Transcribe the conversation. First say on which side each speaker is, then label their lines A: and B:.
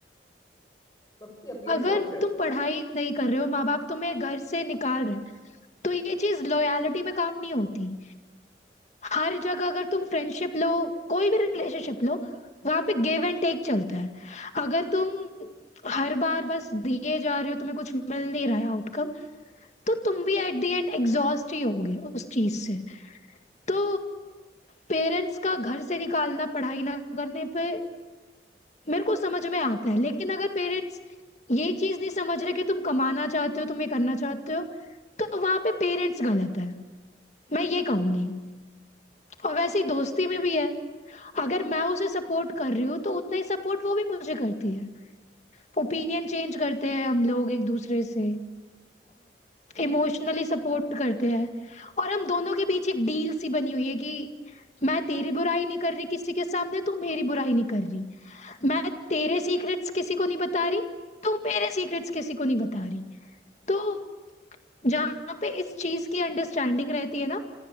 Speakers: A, on the left (about 20°); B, on the left (about 40°).
A: सबकी अपनी
B: अगर
A: सोच है
B: तुम पढ़ाई नहीं कर रहे हो माँ बाप तुम्हें घर से निकाल रहे हैं तो ये चीज लॉयलिटी में काउंट नहीं होती हर जगह अगर तुम फ्रेंडशिप लो कोई भी रिलेशनशिप लो वहां पे गिव एंड टेक चलता है अगर तुम हर बार बस दिए जा रहे हो तुम्हें कुछ मिल नहीं रहा है आउटकम तो तुम भी एट द एंड एग्जॉस्ट ही होगे उस चीज से तो पेरेंट्स का घर से निकालना पढ़ाई ना करने पे मेरे को समझ में आता है लेकिन अगर पेरेंट्स ये चीज नहीं समझ रहे कि तुम कमाना चाहते हो तुम ये करना चाहते हो तो वहां पे पेरेंट्स गलत है मैं ये कहूंगी और वैसे ही दोस्ती में भी है अगर मैं उसे सपोर्ट कर रही हूँ तो उतना ही सपोर्ट वो भी मुझे करती है ओपिनियन चेंज करते हैं हम लोग एक दूसरे से इमोशनली सपोर्ट करते हैं और हम दोनों के बीच एक डील सी बनी हुई है कि मैं तेरी बुराई नहीं कर रही किसी के सामने तू मेरी बुराई नहीं कर रही मैं तेरे सीक्रेट्स किसी को नहीं बता रही तू मेरे सीक्रेट्स किसी को नहीं बता रही तो जहाँ पे इस चीज की अंडरस्टैंडिंग रहती है ना